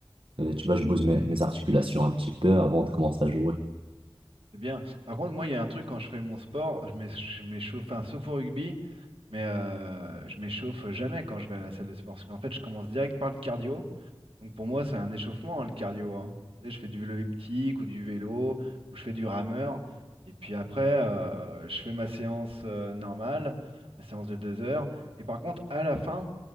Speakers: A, on the right; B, on the right.
A: Euh, tu vois, je bouge mes, mes articulations un petit peu avant de commencer à jouer.
B: C'est bien. Par contre, moi, il y a un truc quand je fais mon sport, je m'é- je m'échauffe, enfin, sauf au rugby, mais euh, je m'échauffe jamais quand je vais à la salle de sport. Parce qu'en fait, je commence direct par le cardio. Donc pour moi, c'est un échauffement, hein, le cardio. hein. Tu sais, je fais du vélo elliptique ou du vélo, ou je fais du rameur. Et puis après, euh, je fais ma séance euh, normale, ma séance de deux heures. Et par contre, à la fin,